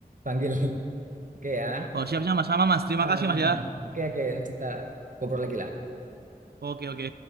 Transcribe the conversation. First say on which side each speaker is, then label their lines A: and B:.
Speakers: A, on the right; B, on the right.
A: panggil <laughs> oke ya
B: Oh siap siap mas, sama mas. Terima
A: Ah,
B: kasih mas ya.
A: oke oke nanti kita ngobrol lagi lah
B: Oke oke.